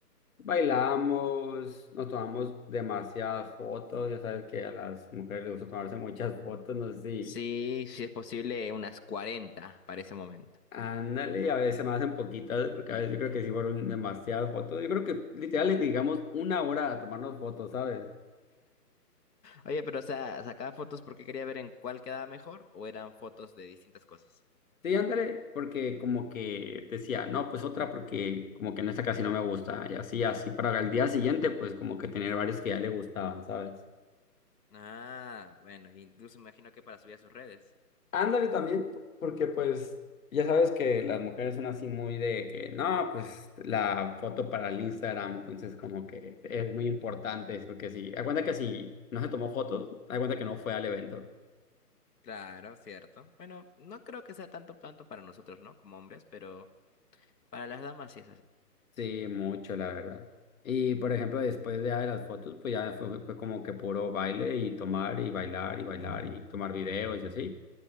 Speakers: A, on the left (about 55°); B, on the left (about 75°).
A: bailamos, nos tomamos demasiadas fotos. Ya sabes que a las mujeres les gusta tomarse muchas fotos, no sé si
B: Sí, sí es posible unas 40 para ese momento.
A: Ándale, y a veces me hacen poquitas, porque a veces yo creo que sí fueron demasiadas fotos. Yo creo que literal les digamos una hora a tomarnos fotos, ¿sabes?
B: Oye, pero o sea, ¿sacaba fotos porque quería ver en cuál quedaba mejor o eran fotos de distintas cosas?
A: Sí, ándale, porque como que decía, no, pues otra porque como que en esta casi no me gusta. Y así, así para el día siguiente, pues como que tener varios que ya le gustaban, ¿sabes?
B: Ah, bueno, incluso me imagino que para subir a sus redes.
A: Ándale también, porque pues ya sabes que las mujeres son así muy de que no, pues la foto para el Instagram, entonces como que es muy importante, porque si, da cuenta que si no se tomó fotos, da cuenta que no fue al evento.
B: Claro, cierto. Bueno, no creo que sea tanto tanto para nosotros, ¿no? Como hombres, pero para las damas sí es así.
A: Sí, mucho, la verdad. Y por ejemplo, después de, ya de las fotos, pues ya fue, fue como que puro baile y tomar y bailar y bailar y tomar videos y así.